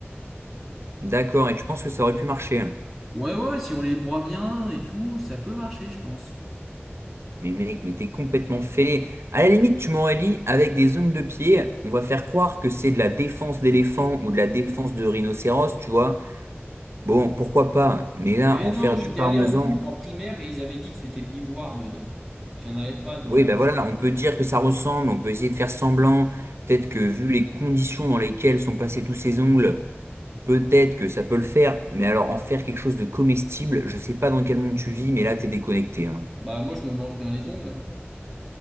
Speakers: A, on the right; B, in the centre.
A: D'accord, et tu penses que ça aurait pu marcher. hein?
B: Ouais, ouais, si on les broie bien et tout, ça peut marcher, je pense.
A: Mais mec, mais t'es complètement fêlé. À la limite, tu m'aurais dit, avec des ongles de pied, on va faire croire que c'est de la défense d'éléphant ou de la défense de rhinocéros, tu vois. Bon, pourquoi pas, mais là,
B: Mais
A: en
B: non,
A: faire
B: j'étais
A: du parmesan.
B: allé en cours en primaire et ils avaient dit que c'était de l'ivoire dedans et qu'il n'y en avait pas dans.
A: Oui, ben voilà, on peut dire que ça ressemble, on peut essayer de faire semblant. Peut-être que vu les conditions dans lesquelles sont passés tous ces ongles, peut-être que ça peut le faire. Mais alors, en faire quelque chose de comestible, je sais pas dans quel monde tu vis, mais là, t'es déconnecté. hein.
B: Bah moi je me mange bien les ongles. hein.